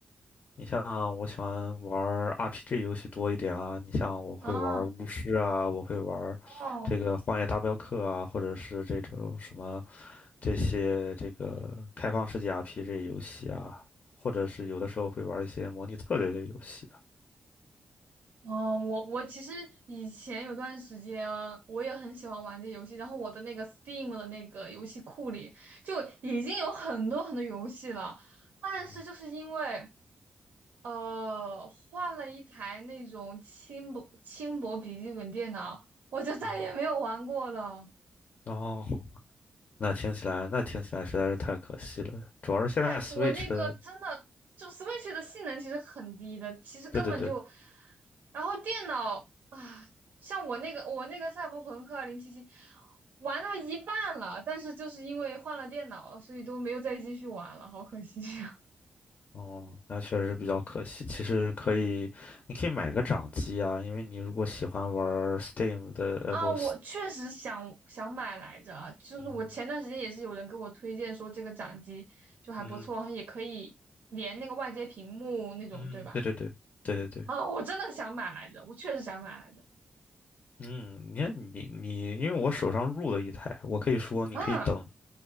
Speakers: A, on the left; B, on the right.
A: 你像我喜欢玩 RPG 游戏多一点啊，你像我会玩巫师啊，
B: 啊，
A: 我会玩这个《荒野大镖客》啊，
B: 哦，
A: 或者是这种什么这些这个开放世界 RPG 游戏啊，或者是有的时候会玩一些模拟策略类游戏啊。
B: 哦，我我其实以前有段时间啊我也很喜欢玩这游戏，然后我的那个 Steam 的那个游戏库里就已经有很多很多游戏了，但是就是因为
A: 嗯哼
B: 呃换了一台那种轻薄轻薄笔记本电脑，我就再也没有玩过了。
A: 嗯哼哦，那听起来那听起来实在是太可惜了，主要是现在
B: 感我那个真的就
A: Switch 的。
B: Switch 的性能其实很低的，其实根本就，
A: 对对对，
B: 然后电脑啊，像我那个我那个赛博朋克二零七七玩到一半了，但是就是因为换了电脑了，所以都没有再继续玩了，好可惜呀。
A: 哦，那确实是比较可惜。其实可以，你可以买个掌机啊，因为你如果喜欢玩儿 Steam 的，
B: <laughs>
A: 呃，
B: 啊，
A: 不，
B: 我确实想想买来着啊，就是我前段时间也是有人给我推荐说这个掌机就还不错，
A: 嗯嗯
B: 然后也可以连那个外接屏幕那种，
A: 嗯，
B: 对吧？
A: 对对对对对对，
B: 啊，我真的想买来着，我确实想买来着。
A: 嗯，你看你你，因为我手上入了一台，我可以说你可以等，
B: 啊，